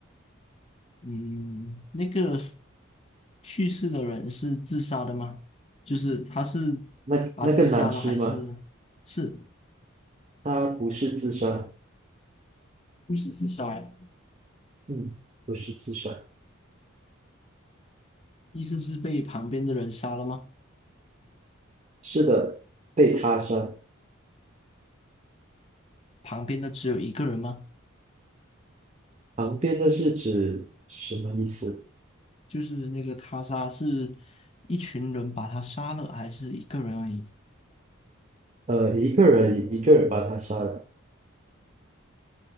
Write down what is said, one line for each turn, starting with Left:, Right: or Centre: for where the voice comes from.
Left: 嗯，那个是去世的人是自杀的吗？就是他是把自己杀了还是是
Right: 那那个男尸吗？他不是自杀，
Left: 不是自杀呀？
Right: 嗯，不是自杀，
Left: 意思是被旁边的人杀了吗？
Right: 是的，被他杀。
Left: 旁边的只有一个人吗？
Right: 旁边的是指什么意思？
Left: 就是那个他杀是一群人把他杀了，还是一个人而已？
Right: 呃，一个人一个人把他杀了。